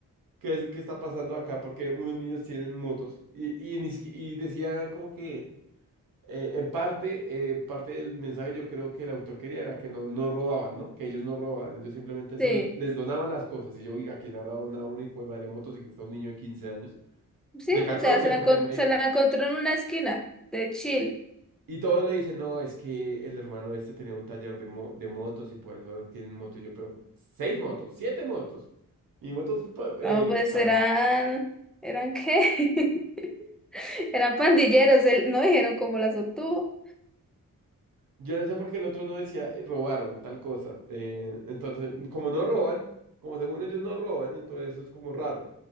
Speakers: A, on the right (about 75°); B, in the centre.
A: ¿qué es- qué está pasando acá? Porque unos niños tienen motos. Y, y, ni siqui- y decían como que, eh, en parte, eh, parte del mensaje yo creo que el autor quería era que no, no robaban, ¿no? Que ellos no robaban, ellos simplemente se
B: Sí,
A: los, les donaban las cosas. Y yo, oiga, ¿quién le habrá donado una hijo de madre motociclista a un niño de 15 años?
B: sí,
A: De 14,
B: o sea, se la,
A: porque
B: encon-
A: el
B: se la encontró en una esquina de Chile.
A: Y todos le dicen, no, es que el hermano de este tenía un taller de, mo- de motos y por eso tienen motos. Y yo, pero seis motos, siete motos. Y motos pa- eh,
B: No, pues
A: cara.
B: eran, ¿eran qué? <laughs> Eran pandilleros, él- no dijeron cómo las obtuvo.
A: Yo no sé por qué el otro no decía, "Eh, robaron tal cosa. Eh, entonces, como no roban, como según ellos no roban, entonces eso es como raro.